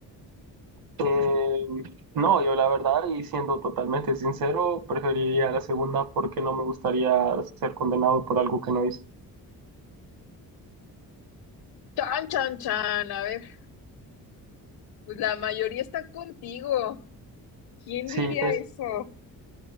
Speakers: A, on the right; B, on the left.
A: Eh, no, yo la verdad, y siendo totalmente sincero, preferiría la segunda porque no me gustaría ser condenado por algo que no hice.
B: Chan, chan, chan. A ver, pues la mayoría está contigo. ¿Quién
A: Sí,
B: diría
A: es,
B: eso?